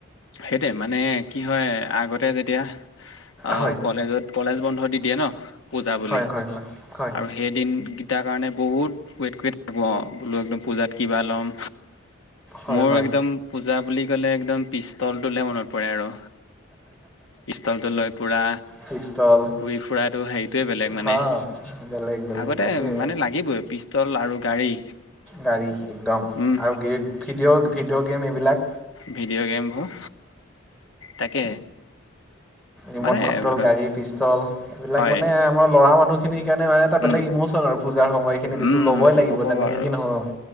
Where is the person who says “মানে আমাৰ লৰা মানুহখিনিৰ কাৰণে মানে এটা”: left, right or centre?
Centre